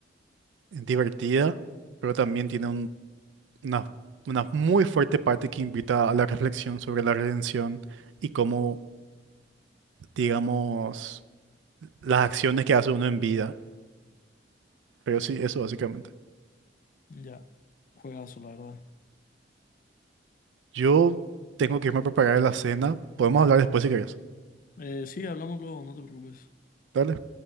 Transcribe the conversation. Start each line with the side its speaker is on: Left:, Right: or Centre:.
Right: divertida, pero también tiene un una, una muy fuerte parte que invita a la reflexión sobre la redención y cómo, digamos, las acciones que hace uno en vida. Pero sí, eso básicamente.
Left: Ya, juegazo, la verdad.
Right: Yo tengo que irme a preparar la cena. Podemos hablar después si querés.
Left: Eh, sí, hablamos luego, no te preocupes.
Right: Dale.